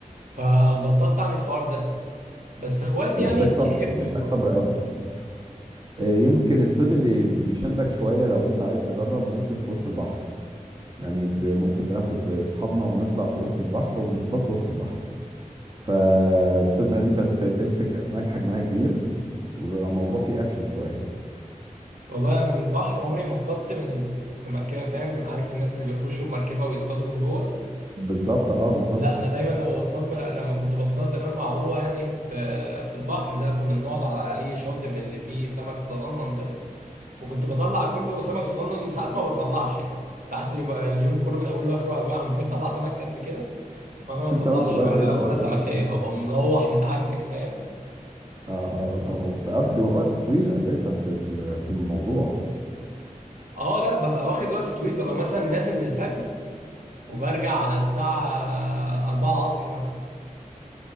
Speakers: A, on the right; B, on the right.
A: فبطلت اعمل الحوار ده بس اخواتي
B: بيحتاج
A: يعني بيحبوا
B: صبر بيحتاج
A: يروحوا
B: صبر قوي آه، يمكن الصيد اللي بيشدك شويه لو انت عايز تجرب ممكن في وسط البحر يعني ب- ممكن بناخد اصحابنا وبنطلع في وسط البحر وبنصطاد في وسط البحر فبتقدر ان انت ت- تمسك اسماك حجمها كبير وبيبقى الموضوع فيه اكشن شويه
A: والله انا من البحر عمري ما اصطدت من في مركبة فاهم عارف الناس اللي بيخشوا بمركبة ويصطادوا من جوه
B: بالظبط اه بالظبط
A: لا انا دايما لما بصطاد لما كنت بصطاد زمان مع بابا يعني في في البحر لا كنا بنقعد على اي شاطئ من اللي فيه سمك صغنن ده وكنت بطلع كله سمك صغنن وساعات ما بطلعش يعني ساعات يبقى اليوم كله من اوله لاخره ابويا عمال يطلع سمك قد كده وانا
B: <laughs>
A: ما بطلعش
B: السمك صغير
A: ولا
B: جدا
A: ولا سمكايه
B: ايوه ايوه
A: هبقى مروح متعكنن فاهم
B: اه اه طبعا وبتقضي وقت طويل اساسا في ال- في الموضوع
A: اه لا ببقى واخد وقت طويل ببقى مثلا نازل من الفجر وبرجع على الساعه 4 العصر مثلا